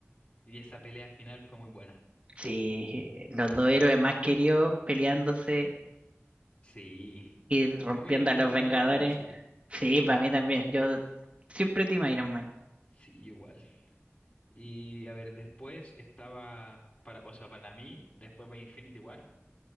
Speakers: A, on the left; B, on the right.
A: y esa pelea final fue muy buena.
B: sí, los
A: Sí,
B: dos héroes más queridos peleándose
A: sí.
B: y rompiendo
A: A mí debió
B: a los
A: ganar
B: Vengadores.
A: Iron Man, sí,
B: Sí, para mí también. Yo siempre Team Iron Man.
A: sí, igual. Y a ver, después estaba, para, o sea, para mí, después va Infinity War.